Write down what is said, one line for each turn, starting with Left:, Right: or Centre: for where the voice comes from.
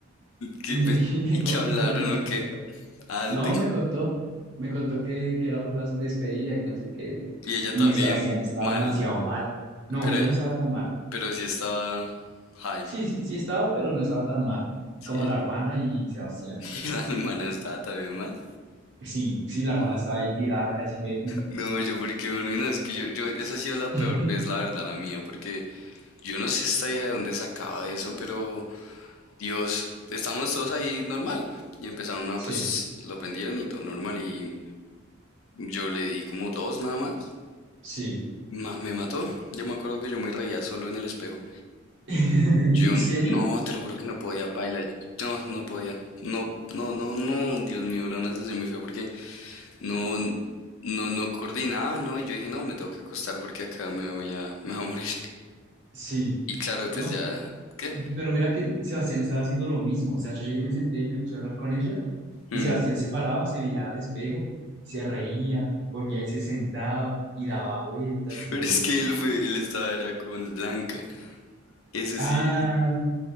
Left: ¿Qué,
Right: y me,
Left: pues,
Right: <laughs> y me,
Left: y qué
Right: co-
Left: hablaron
Right: y pues me contó,
Left: o qué? Alte.
Right: no, me contó, me contó que, que era por la despedida, que no sé qué.
Left: Y ella
Right: Y
Left: también
Right: Sebastián estaba
Left: mal,
Right: demasiado mal. No,
Left: pero,
Right: ella no estaba tan mal.
Left: pero sí estaba high.
Right: Sí, sí, sí estaba, pero no estaba tan mal
Left: Sí,
Right: como la hermana y Sebastián.
Left: <laughs> y la hermana estaba también mal.
Right: Sí, sí, la hermana estaba ahí tirada casi que...
Left: No, yo porque, bueno, no, es que yo, yo, esa ha sido la peor
Right: <laughs>
Left: vez, la verdad, la mía, porque yo no sé esta vieja de dónde sacaba eso, pero Dios, estamos todos ahí normal. Y empezaron a,
Right: Sí,
Left: pues, lo prendieron y todo normal, y yo le di como dos nada más.
Right: sí.
Left: ma- me mató. Yo me acuerdo que yo me reía solo en el espejo.
Right: <laughs> ¿En
Left: Yo,
Right: serio?
Left: no, te lo juro que no podía, paila. No, no podía. No, no, no, no, Dios mío, era una sensación muy fea porque No, no, no coordinaba, ¿no? Y yo dije, no, me tengo que acostar porque acá me voy a, me voy a morir.
Right: Sí.
Left: Y claro, pues
Right: No,
Left: ya,
Right: pero,
Left: ¿qué?
Right: pero mira que Sebastián estaba haciendo lo mismo. O sea, yo llegué y me senté y me puse a hablar con ella y
Left: Mm.
Right: Sebastián se paraba, se veía al espejo, se reía, volvía y se sentaba y daba vueltas y
Left: Pero
Right: yo,
Left: es
Right: bueno.
Left: que él fue, él estaba era con Blanca. Ese
Right: Ah,
Left: sí,